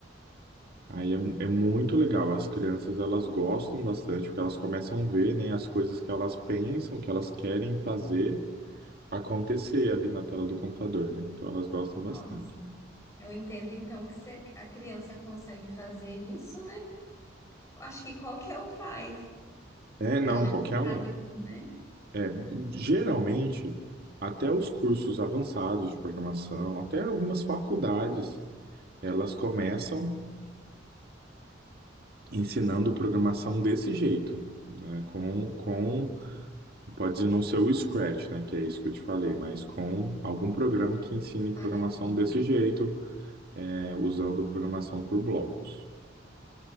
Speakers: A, on the right (about 50°); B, on the left (about 15°).
A: Aí é, é muito legal. As crianças elas gostam bastante porque elas começam a ver, né, as coisas que elas pensam, que elas querem fazer acontecer ali na tela do computador, né? Então elas gostam
B: Nossa.
A: bastante.
B: Eu entendo então que se a criança consegue fazer isso, né? Acho que qualquer um faz.
A: É, não,
B: Pelo menos
A: qualquer
B: o
A: um.
B: básico, né?
A: É, geralmente até os cursos avançados de programação, até algumas faculdades, elas começam ensinando programação desse jeito, né? Com, com Pode não ser o Scratch, né, que é isso que eu te falei, mas com algum programa que ensine programação
B: Parecido.
A: desse jeito, né, usando programação por blocos.